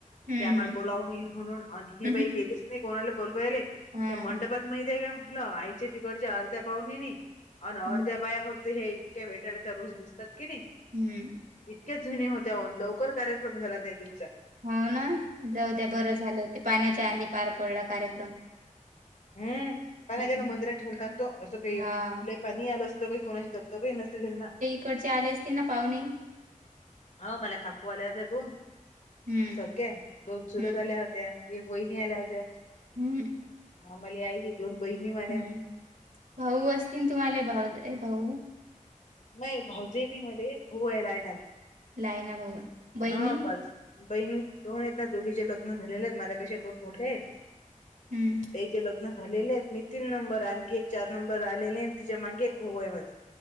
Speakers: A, on the right; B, on the left.
A: हम्म
B: की आम्हाला बोलाव नईल म्हणून हे
A: हम्म,
B: बाई गेलच नाही कोणाला बोलवायले त्या
A: हा,
B: मंडपात. माहितीे काय म्हटलं आयचे तिकडच्या अर्ध्या पाहणी नाही आणि अर्ध्या
A: हम्म,
B: पाया फक्त. हे इतक्या वेटायला त्या रोज दिसतात कि नाही.
A: हम्म.
B: इतक्याच जूणी होत्या न लवकर कार्यक्रम झाला त्या दिवचा.
A: हो ना जाऊ द्या, बरं झालं ते पाहण्याच्या आधी पार पडला कार्यक्रम
B: हम्म. काहीना
A: हम्म,
B: गेला मंदिरात ठेवला होता ना तो असते
A: हा
B: पाणी आलं नसतं कुणाची ही जास्त झाली नसती ना.
A: कडचे आले असते ना पाहुणे.
B: हा मला काकू आल्या होत्या दोन.
A: हम्म
B: सख्या, दोन चुलत
A: हम्म
B: आल्या होत्या एक वहिनी आल्या होत्या.
A: हम्.
B: हा मला आई दोन बहिणी मऱ्या.
A: हम्म. भाऊ असतील तुम्हाला भाऊ भाऊ.
B: नाही भाऊजे म मध्ये भाऊ वयला आहे ना,
A: लायना भाऊ आहे. बहिणी
B: हा पाच. बहिणी मी दोन आहेत ना, दोघीचे लग्न झालेले आहेत, माझ्यापेक्षा दोन मोठे आहेत.
A: हम्म
B: <unintelligible> झालेले आहेत मी तीन नंबर आणखी एक चार नंबर आलेले आणि तिच्या मागी एक होऊ आहे मझ.